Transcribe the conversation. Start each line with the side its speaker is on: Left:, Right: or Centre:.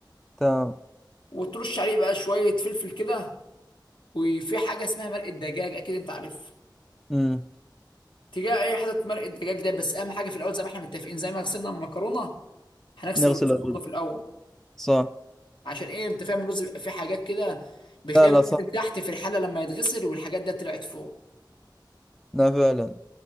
Centre: تمام
Left: وترش عليه بقى شويه فلفل كده وفي حاجه اسمها مرق الدجاج اكيد انت عارفها
Centre: مم.
Left: تجاه اي حاجه مرق الدجاج ده بس اهم حاجه في الاول زي ما احنا متفقين زي ما غسلنا المكرونه هنغسل
Centre: نغسل
Left: الرز برضه
Centre: الرز
Left: في الاول
Centre: صح
Left: عشان ايه انت فاهم الرز بيبقى فيه حاجات كده بتلاقيها
Centre: لا لا
Left: بتنزل
Centre: صح
Left: تحت في الحله لما يتغسل والحاجات ده طلعت فوق
Centre: لا فعلا